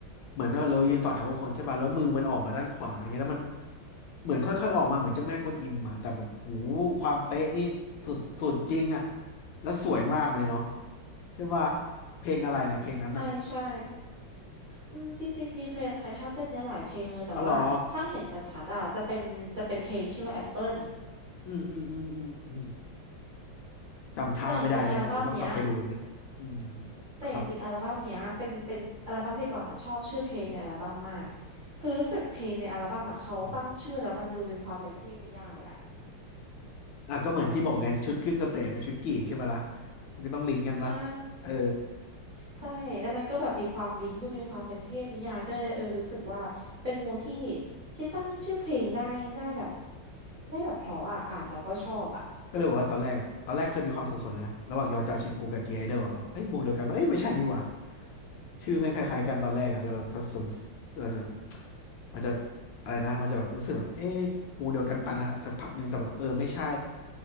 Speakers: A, on the left; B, on the right.
A: เหมือนเราเรายืนต่อแถวกับคนใช่ป่ะแล้วมือมันออกมาด้านขวาอย่างเงี้ยแล้วมันเหมือนค่อยๆออกมาเหมือนเจ้าแม่กวนอิมอะแต่แบบโหความเป๊ะนี่สุดสุดจริงอะแล้วสวยมากเลยเนาะใช่ป่ะเพลงอะไรนะเพลงนั้นอะ
B: ใช่ใช่อืมจริงๆจีเฟนใช้ท่าเต้นเนี้ยหลายเพลงเลยแต่ว่าถ้าเห็นชัดๆอะจะเป็นจะเป็นเพลงชื่อว่าแอปเปิล
A: อ๋อเหรออืมอืมอืมอืมอืมจำท่าไม่ได้แล้วเดี๋ยวต้องกลับไปดูอันเนี่ยอืม
B: แต่จริงๆอัลบั้มเนี้ย แต่จริงๆอัลบั้มเนี้ยเป็นเป็นอัลบั้มที่กวางอะชอบชื่อเพลงในอัลบั้มมาก
A: ครับ
B: คือรู้สึกเพลงในอัลบั้มอะเขาตั้งชื่อแล้วมันดูมีความเป็นเทพนิยายอะ
A: อืม อ่ะก็เหมือนที่บอกไงชุดขึ้นสเตจเป็นชุดกรีกใช่ไหมล่ะมันก็ต้องลิงก์กันปะ
B: ใช่
A: เออ
B: ใช่แล้วมันก็แบบมีความลิงก์ดูมีความเป็นเทพนิยายก็เลยเออรู้สึกว่าเป็นวงที่ที่ตั้งชื่อเพลงได้ได้แบบได้แบบเพราะอะอ่านแล้วก็ชอบอะ
A: ก็เลยบอกว่าตอนแรกอ่ะตอนแรกเคยมีความสับสนนะระหว่างยอจาชินกูกับจีไอดอลอ่ะเอ้ยวงเดียวกันปะเอ้ยไม่ใช่นี่หว่าชื่อแม่งคล้ายๆกันตอนแรกอ่ะเดี๋ยวจะสนมันจะแบบมันจะอะไรนะมันจะแบบรู้สึกแบบเอ๊ะวงเดียวกันปะนะสักพักหนึ่งแต่แบบเออไม่ใช่